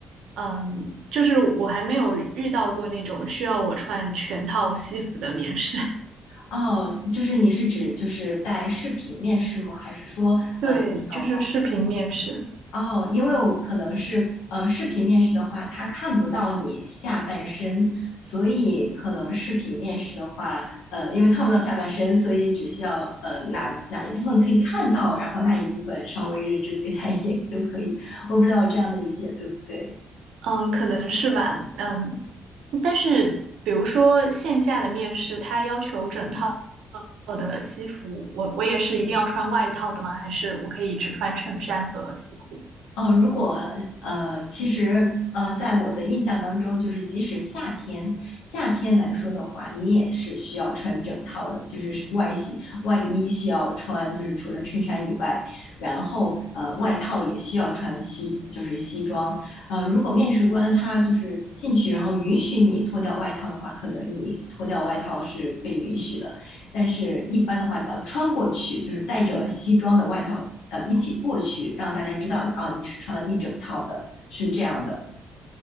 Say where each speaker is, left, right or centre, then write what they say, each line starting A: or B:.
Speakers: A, on the right; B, on the left.
A: 嗯，就是我还没有遇到过那种需要我穿全套西服的面试，
B: 哦，就是你是指就是在视频面试吗？还是说呃有
A: <laughs> 对，就是视频面试。
B: 哦，因为我可能是呃视频面试的话，他看不到你下半身，所以可能视频面试的话，呃，因为看不到下半身，所以只需要呃哪哪一部分可以看到，然后那一部分稍微认真对待一点就可以。我不知道我这样的理解对不对？
A: 嗯，可能是吧，嗯，但是比如说线下的面试，他要求整套的西服，我我也是一定要穿外套的吗？还是我可以只穿衬衫和西裤？
B: 哦，如果呃，其实呃，在我的印象当中，就是即使夏天，夏天来说的话，你也是需要穿整套的，就是外洗，外衣需要穿，就是除了衬衫以外，然后呃，外套也需要穿西，就是西装。呃，如果面试官他就是进去，然后允许你脱掉外套的话，可能你脱掉外套是被允许的。但是一般的话，你要穿过去，就是带着西装的外套，呃，一起过去，让大家知道啊，你是穿了一整套的，是这样的。